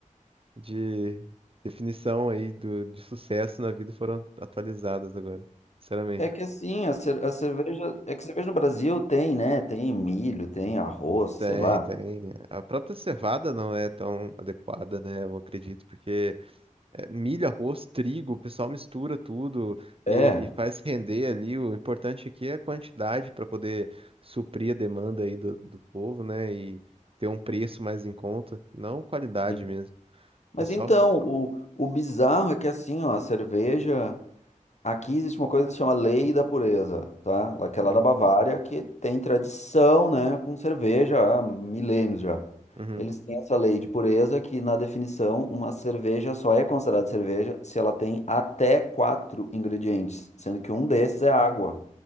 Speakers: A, on the right; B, on the left.
A: de definição aí do, de sucesso na vida foram atualizadas agora, sinceramente.
B: É que assim, a, cer- a cerveja. É que cerveja no Brasil tem, né? Tem milho, tem arroz, sei
A: Tem,
B: lá.
A: tem. A própria cevada não é tão adequada, né? Eu acredito, porque é, milho, arroz, trigo, o pessoal mistura tudo
B: É.
A: e, e faz render ali. O importante aqui é a quantidade para poder suprir a demanda aí do, do povo, né? E ter um preço mais em conta, não qualidade
B: sim.
A: mesmo.
B: Mas
A: Pessoal.
B: então, o, o bizarro é que assim, ó, a cerveja. Aqui existe uma coisa que se chama Lei da Pureza, tá? Lá- Que é lá
A: Hum,
B: da Bavária, que tem tradição, né, com cerveja há milênios já.
A: uhum.
B: Eles têm essa lei de pureza que, na definição, uma cerveja só é considerada cerveja se ela tem até quatro ingredientes, sendo que um desses é água.